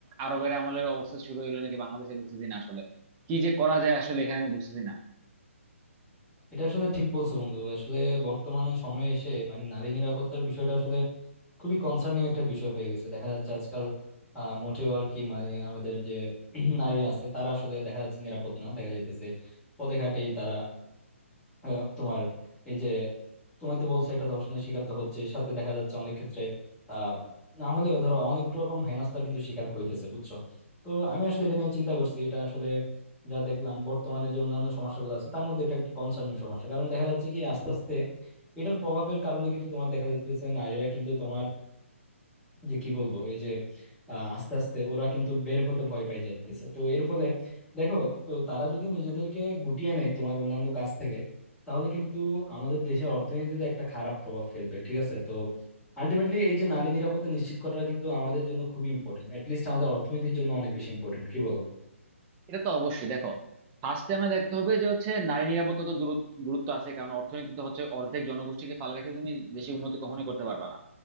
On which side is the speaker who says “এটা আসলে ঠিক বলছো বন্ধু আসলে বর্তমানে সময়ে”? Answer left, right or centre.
Centre